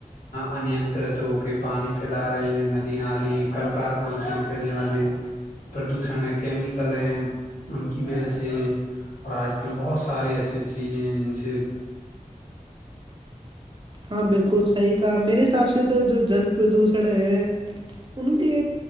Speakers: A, on the left; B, on the right.
A: اننترت ہو کے پانی پھیلا رہی ہے ندی نالی کل کارخانوں سے نکلنے والے پردوشن ہے کیمیکل ہے ان کی وجہ سے اور آج کل بہت سارے ایسے چیزیں ہیں جن سے
B: ہاں بالکل صحیح کہا میرے حساب سے تو جو جل پردوشن ہے ان کے